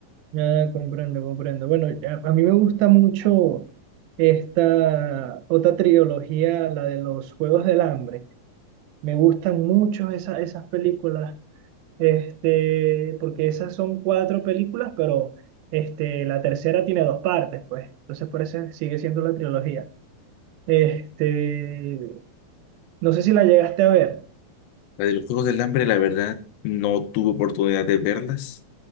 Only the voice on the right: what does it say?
Ya comprendo, comprendo. Bueno, a, a mí me gusta mucho esta otra trilogía, la de los Juegos del Hambre. Me gustan mucho esa- esas películas. Este, porque esas son cuatro películas, pero este, la tercera tiene dos partes, pues. Entonces, por eso sigue siendo la trilogía. Este, no sé si la llegaste a ver.